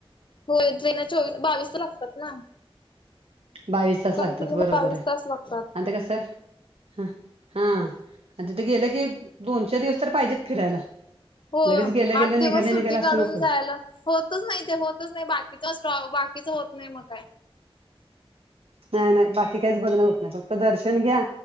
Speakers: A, on the left (about 55°); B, on the right (about 75°).
A: होय तेंना चोवीस, बावीस तास लागतात ना?
B: बावीस तास
A: कंटिन्यू
B: लागतात बरोबर
A: बावीस
B: हाय
A: तास लागतात
B: आणि ते कसं हं हां अन तिथ गेलं की दोन, चार दिवस तर पाहिजेत फिरायला.
A: हो
B: लगेच गेलं गेलं
A: आठ दिवस
B: निघालं
A: सुट्टी
B: निघालं असं
A: काढून
B: नकोय
A: जायला होतच नाही ते होतच नाही बाकीच अस बाकीच होत नाही मग काय
B: नाही नाही बाकी काहीच बघण होत नाही फक्त दर्शन घ्या